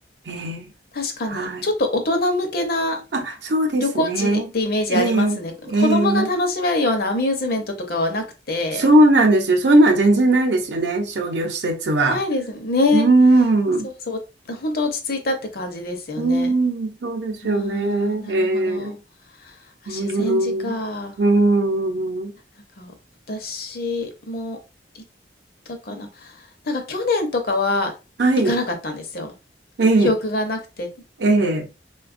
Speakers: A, on the right (about 70°); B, on the left (about 55°).
A: ええ。
B: 確かに、
A: はい。
B: ちょっと大人向けな
A: あ、そうですね。
B: 旅行地ってイメージありますね。
A: ええ、ええ。
B: 子供が楽しめるようなアミューズメントとかはなくて
A: そうなんですよ。そういうのは全然ないですよね。商業施設は。
B: ないですね。
A: うーん。
B: そうそう、
A: う
B: 本当落ち着いたって感じですよね。
A: ーん、そうですよね。
B: ああ、なるほど。
A: ええ。
B: あ修善寺か。
A: うーん。うーん。
B: なんか私も行ったかな。なんか去年とかは行かなかったんですよ。
A: はい。ええ、
B: 記憶がなくて。
A: ええ、ええ、